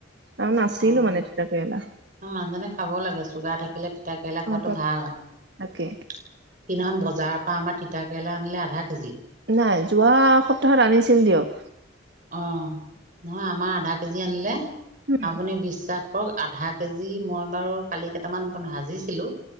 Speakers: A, on the right; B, on the right.
A: আৰু নাছিলো
B: অ
A: মানে তিতা কেৰেলা
B: মানুহজনে খাবও লাগে চুগাৰ থাকিলে তিতা কেেৰেলা খোৱাতো
A: অ তাক
B: ভাল
A: তাকে
B: সিদিনাখনখন বজাৰৰ তপ আম তিতা কেৰেল আনিলেধা কেজি
A: নাই যোৱা সপ্তাহত আনিছিল দিয়ক।
B: অ নহয় আমাৰ আধা কেজি আনিলে।
A: উম
B: আপুনি বিশ্বাস- ধৰক আধা কেজি মই বাৰু কালি কেইটামান ভাজিছিলোঁ